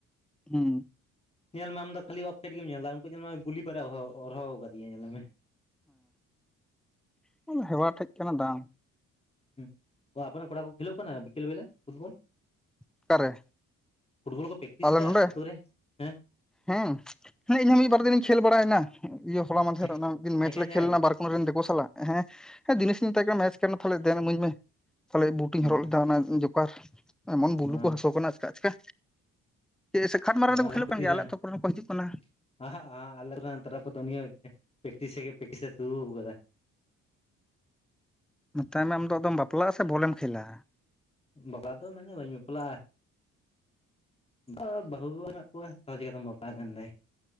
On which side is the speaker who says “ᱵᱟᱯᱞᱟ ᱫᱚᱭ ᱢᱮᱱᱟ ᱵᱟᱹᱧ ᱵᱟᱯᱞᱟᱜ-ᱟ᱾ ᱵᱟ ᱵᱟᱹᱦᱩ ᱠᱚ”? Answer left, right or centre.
Left